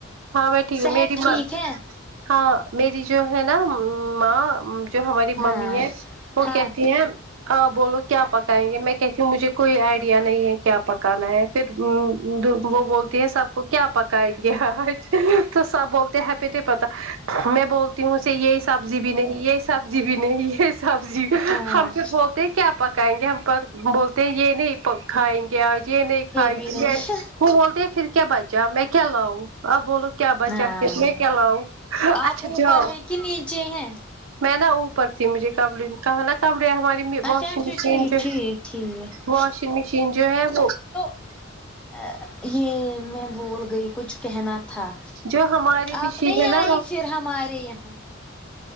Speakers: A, on the right; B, in the centre.
A: ہاں میں ٹھیک
B: صحت
A: ہیں میری
B: ٹھیک
A: ماں
B: ہے
A: ہاں میری جو ہے نا م ماں جو ہماری
B: ہاں
A: ممی ہے وہ
B: ہاں
A: کہتی ہیں ہاں بولو کیا پکائیں گے میں کہتی ہوں مجھے کوئی آئیڈیا نہیں ہے کیا پکانا ہے پھر ا د وہ بولتی ہے سب کو کیا پکائیں گے آج تو سب بولتے ہیں ہمیں نہیں پتا میں بول تی ہوں اوسے یہ سبزی بھی نہیں یہ سبزی بھی نہیں یہ سبزی
B: ہاں
A: ہم سے بہت کیا پکائیں گے ہم پر بولتے ہیں یہ نہیں پ کھائیں کے آج یہ نہیں کھائے
B: بھی
A: گے
B: نہیں
A: یہ وہ بول ہے پھر کیا بچا میں کیا لاؤں آپ بولو کیا بچا
B: ہاں
A: پھر میں کیا لاؤں
B: آپ
A: اچھا
B: اوپر
A: جاؤ
B: ہیں کہ نیچے ہیں
A: میں نا اوپر تھی مجھے کیا بولی کہا نا کپڑے ہماری واشنگ
B: اچھا اچھا
A: مشین
B: ٹھیک
A: جو
B: ٹھیک ٹھیک
A: واشنگ مشین جو ہے وہ
B: ا یہ میں بھول گئی کچھ کہنا تھا
A: جو ہماری مشین
B: آپ نہیں
A: ہے نا
B: آئی پھر ہمارے یہاں